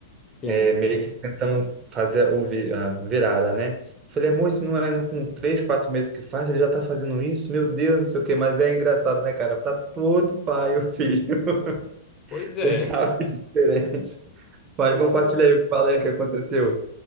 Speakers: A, on the left; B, on the right.
A: sim.
B: é, meio que tentando fazer o, vi- a virada, né? Falei, amor, isso não é no- com três, quatro meses que faz, ele já está fazendo isso? Meu Deus, não sei o quê, mas é engraçado, né, cara? Para todo pai, o filho
A: Pois
B: <laughs>
A: é,
B: tem algo diferente. Mas
A: pois
B: compartilha
A: é.
B: aí o que fala aí o que aconteceu.